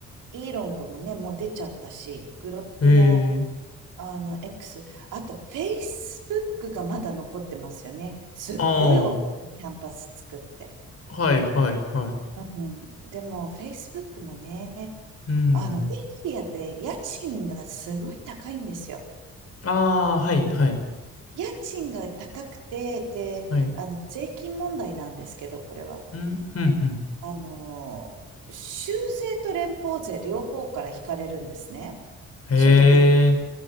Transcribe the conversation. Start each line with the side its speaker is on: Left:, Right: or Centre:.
Right: イーロン君もね、もう出ちゃったし、グロックも、
Left: へえ、
Right: あの、X、あと、フェイスブックがまだ残ってますよね。すっごい大きなキャンパス作って。
Left: ああ、はい、はい、はい、
Right: うん、でも、フェイスブックもね、
Left: うん、
Right: あの、ベイエリアって家賃がすごい高いんですよ。
Left: ああ、はい、はい、
Right: 家賃が高くて、で、
Left: はい。
Right: あの、税金問題なんですけど、これは。
Left: うん、うん、うん。
Right: あの、州税と連邦税両方から引かれるんですね。
Left: へえ、
Right: 所得